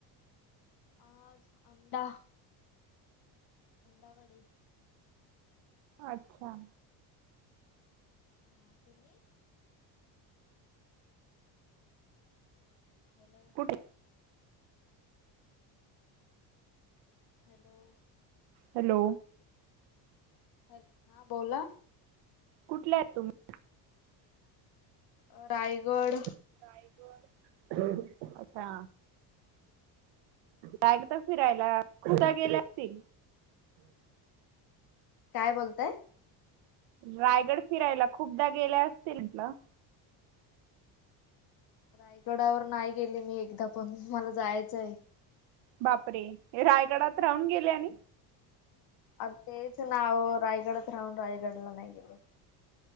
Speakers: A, on the left (about 55°); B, on the right (about 80°).
A: अं आता कंदा वडे
B: अच्छा
A: हा तुम्ही? हॅलो
B: कुठे?
A: हॅलो
B: हॅलो
A: हॅलो हा बोला
B: कुठल्या आहेत तुम्ही?
A: अ रायगड
B: रायगड अच्छा लागतं फिरायला कुठं गेल्याती?
A: काय बोलताय?
B: रायगड फिरायला खूपदा गेल्या असतील म्हटलं
A: रायगडावर नाही गेले मी एकदा पण मला जायचं आहे.
B: बापरे रायगडात राहून गेले नाही?
A: अ तेच नाव रायगडात राहून रायगडला नाही गेले.